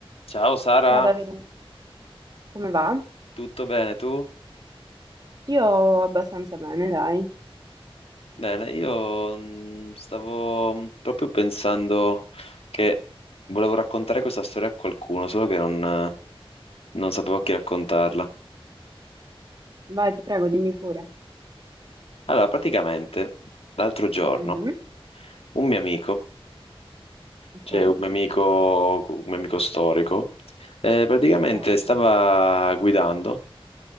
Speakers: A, on the left; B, on the right.
A: Ciao Sara,
B: Ciao Davide, come va?
A: tutto bene tu?
B: Io abbastanza bene, dai.
A: Bene, io mm, stavo mm, proprio pensando che volevo raccontare questa storia a qualcuno, solo che non, eh, non sapevo a chi raccontarla.
B: Vai, ti prego, dimmi pure.
A: Allora, praticamente l'altro giorno
B: Mhm,
A: un mio amico,
B: Ok,
A: cioè un mio amico, un mio amico storico, eh, praticamente
B: ok.
A: stava guidando